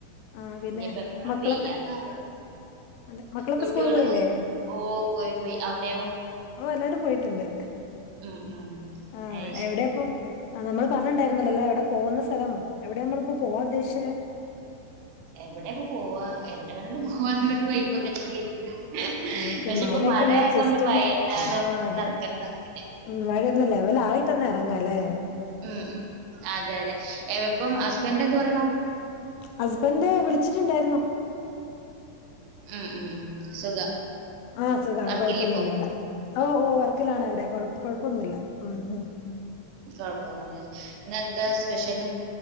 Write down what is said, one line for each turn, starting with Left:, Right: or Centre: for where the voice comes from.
Left: ആ പിന്നെ
Right: ഇനിപ്പ എപ്പഴാ
Left: മക്കളൊക്കെ
Right: പെയ്യന്നാവോ
Left: അതെ മക്കളൊക്കെ
Right: കുട്ട്യോൾ
Left: സ്കൂളിൽ പോയില്ലേ
Right: ഓ പോയി പോയി അവടെയോ
Left: ഓഹ് എല്ലാരും പോയിട്ടുണ്ട്
Right: ഉം ഉം
Left: ആ
Right: അയ് ശരി
Left: എവിടെയാ ഇപ്പം ആ നമ്മളെ പറഞ്ഞിണ്ടായിരുന്നല്ലല്ലോ എവടെ പോകുന്ന സ്ഥലം എവടെ നമ്മളിപ്പോ പോവാ ഉദ്ദേശിച്ച
Right: എവടെപ്പൊ പോവാ എവടെ വേണേലും പോവാ <unintelligible> വൈബൊക്കെ തന്നെ ഇരിക്കണേ
Left: ആ നമുക്ക്
Right: പക്ഷെ
Left: മഴയൊക്കെ
Right: ഇപ്പ മഴ
Left: ഒന്ന്
Right: ആയതൊണ്ട്
Left: ജസ്റ്റ്
Right: വൈന്നേരം
Left: ഒന്ന് ആ അതെ
Right: നടക്കണ്ടാവില്ല
Left: ഉം മഴയൊന്ന് ലെവൽ ആയിട്ട്ന്നെ ഇറങ്ങല്ലേ
Right: ഉം ഉം അതെ അതെ ഇപ്പം
Left: ഉം
Right: ഹസ്ബൻഡ് എന്തു പറയണു
Left: ഹസ്ബൻഡ് വിളിച്ചിട്ടുണ്ടായിരുന്നു
Right: ഉം ഉം ഉം സുഖം.
Left: ആഹ് സുഖാണ്
Right: വർക്കില്ലേ
Left: കൊഴപ്പൊന്നുല്ല
Right: ഇപ്പൊ?
Left: ഇവടെ. ഓഹ് ഓഹ് വർക്കിലാണ് അവടെ കൊ കൊഴപ്പൊന്നുല്ല ഉം ഉം.
Right: കൊഴപ്പൊന്നില്ലല്ലേ ഇന്നെന്താ സ്പെഷ്യല്